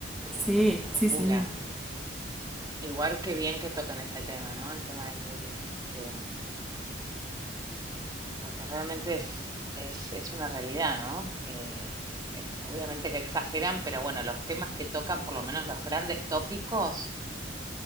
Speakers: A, in the centre; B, on the right.
A: Sí,
B: qué
A: sí,
B: locura.
A: sí.
B: Igual que bien que toquen ese tema, ¿no? El tema del bullying, porque Porque realmente es, es, es una realidad, ¿no? Eh, eh, obviamente que exageran, pero bueno, los temas que tocan, por lo menos los grandes tópicos,